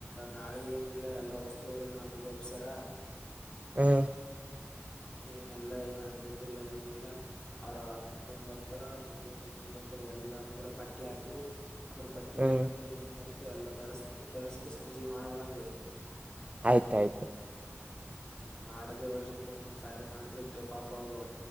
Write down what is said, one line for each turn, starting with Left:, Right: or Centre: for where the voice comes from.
Left: ನಾಳೆಗ ಏನಿಲ್ಲ ಎಲ್ಲ ವಸ್ತುವರೆಲ್ಲ ನಮಗೆ ಒಪ್ಸ್ಯಾರ
Right: ಹ್ಮ
Left: ಏನಲ್ಲಾ ಏನ್ ಅನ್ಜತಿಲ್ಲ ಏನಿಲ್ಲ ಅವ್ರ ಮುಂಜಾನ ಬರ್ತಾರ ಮುಂಜಾನೆ ಏನ್ಬೇಕದು ಎಲ್ಲಾ ಪೂರಾ ಪಟ್ಟಿ ಹಾಕ್ರಿ ಅದ್ರ ಪಟ್ಟಿ
Right: ಹ್ಮ್
Left: ಅನ್ಕ ಏನನ್ತ ಎಲ್ಲಾ ತರಸ್ತೀನಿ ತರಿಸಸ್ಕ ಸಂಜೆ ಮಾಡ್ಬಿಡಮ್ರಿ
Right: ಆಯ್ತಾಯ್ತು
Left: ಹ್ಮ್ ಮಾಡದೇ ವರ್ಷಕ್ಕ ಒಂದ ಬ ಸಾರಿ ಮಾಡ್ತಿರ್ತ ಪಾಪ ಅವರು